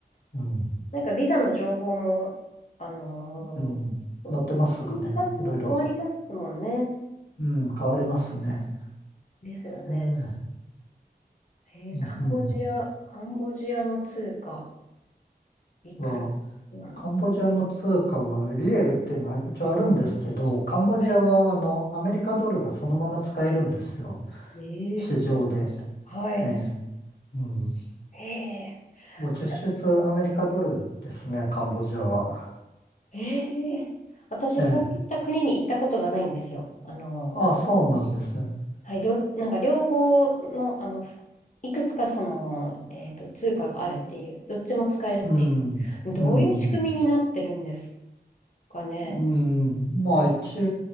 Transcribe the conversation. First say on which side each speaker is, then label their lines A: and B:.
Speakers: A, on the left; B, on the left.
A: うん。
B: なんかビザの情報も、あのー頻繁に変わりますもんね。
A: うん。乗ってますかね。いろいろ。うん、変わりますね。
B: ですよね。
A: ええ、
B: えーカンボジア、
A: うん、うん。
B: カンボジアの通貨、いくらなん
A: は、カンボジアの通貨はリエルっていうのは一応あるんですけど、カンボジアはあのアメリカドルがそのまま使えるんですよ。
B: はい。えー、
A: 市場で。
B: はい。
A: ええ、うん。
B: えー、
A: もう実質アメリカドルですね、
B: たくさん
A: カンボジアは。
B: えー、私、
A: ええ。
B: そういった国に行ったことがないんですよ。あのー
A: ああ、そうなんですね。
B: はい、ど、なんか両方の、あの、ふいくつかその、えっと、通貨があるっていう、どっちも使えるってい
A: うん。
B: う、どういう仕組みになってるんです
A: うん。
B: かね。
A: うん。まあ一、